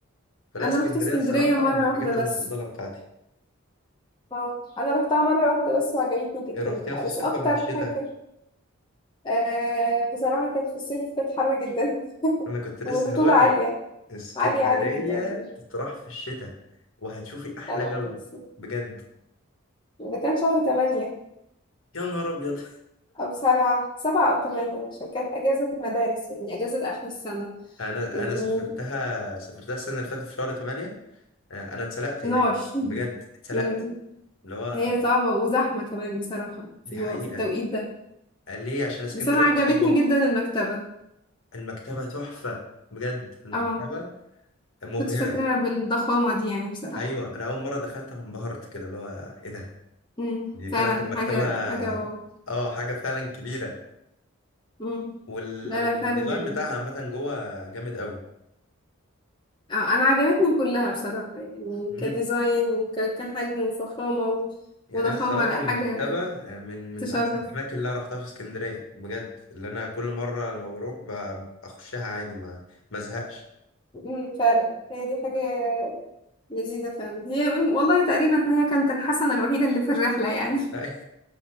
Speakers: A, on the left (about 65°); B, on the left (about 20°).
A: فلا
B: انا
A: اسكندريه
B: رحت اسكندريه
A: الصراحه
B: مره
A: من الحاجات
B: واحده
A: المفضله
B: بس
A: بتاعتي
B: اه انا رحتها مره واحده بس وعجبتني جدا
A: إيه، رحتيها في الصيف
B: بس اكتر
A: ولا في الشتاء
B: حاجه آه بصراحه كانت في الصيف كانت حر جدا <laughs>
A: انا كنت لسه
B: والرطوبه
A: هقول
B: عاليه
A: لك اسكندريه
B: عاليه عاليه جدا
A: تطرح في الشتاء وهتشوفي احلى
B: انا
A: جو
B: رحت في الصيف
A: بجد
B: ده كان شهر 8
A: يا نهار ابيض
B: او سبعة سبعة او 8 عشان كانت اجازه مدارس يعني اجازه اخر السنه
A: <laughs> انا
B: ونار
A: انا سافرتها سافرتها السنه اللي فاتت في شهر 8 آه، انا اتسلقت
B: <laughs>
A: هناك بجد اتسلقت
B: أمم.
A: اللي هو
B: هي صعبه وزحمه كمان بصراحه في
A: دي
B: الو-
A: حقيقه
B: في التوقيت ده
A: قال ليه عشان اسكندريه
B: بس انا عجبتني
A: قريبه
B: جدا المكتبه
A: المكتبه تحفه بجد المكتبه
B: اه
A: مبهره
B: كنت فاكراها بالضخامة دي يعني بصراحة
A: ايوه انا اول مره دخلت انا انبهرت كده اللي هو ايه ده
B: امم
A: دي طلعت
B: فعلا
A: المكتبة
B: حاجة حاجة واو
A: اه حاجة فعلا كبيرة
B: امم
A: وال...
B: لا
A: والديزاين
B: لا فعلا جميلة
A: بتاعها عامة جوه جامد قوي
B: آه، أنا عجبتني كلها بصراحة يعني
A: امم
B: كديزاين وكحجم وفخامة و-
A: يعني
B: وضخامة
A: أنا الصراحة
B: لا
A: المكتبة
B: حاجة
A: آه، من من
B: تشرف
A: أحسن الأماكن اللي أنا رحتها في اسكندرية بجد اللي أنا كل مرة لما بروح ب- بخشها عادي ما ما ازهقش
B: امم فعلا هي دي حاجة لذيذة فعلا هي مم، والله تقريبا هي كانت الحسنة الوحيدة اللي في الرحلة يعني
A: لا،